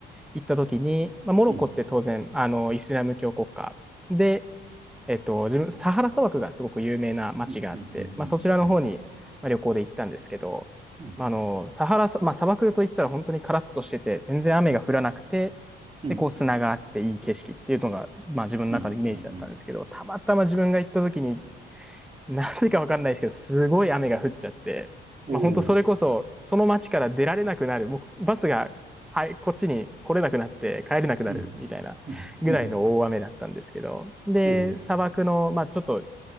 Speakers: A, in the centre; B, on the right.
A: 行った時に、まあ、モロッコって当然、
B: うん。うん。
A: あの、イスラム教国家で、えっと、自分、サハラ砂漠がすごく有名な街があって、
B: うん。うんうんはいはい。
A: まあ、そちらの方に、まあ、旅行で行ったんですけど、
B: うん。
A: まあ、あの、サハラさ、まあ、砂漠といったら本当にカラッとしてて、全然雨が降らなくて、
B: うん。
A: で、こう砂があっていい景色っていうのが、まあ、自分の中のイメージだったんですけど、
B: うん。うん。うん
A: たまたま自分が行った時になぜかわかんないですけど、すごい雨が降っちゃって、
B: おー。
A: まあ、本当それこそ、その町から出られなくなる、もうバスが、はい、こっちに来れなくなって帰れなくなるみたいなぐらいの大雨だったんですけど、
B: うん。うん、うん、
A: で、
B: ええ、
A: 砂漠の、まあ、ちょっと、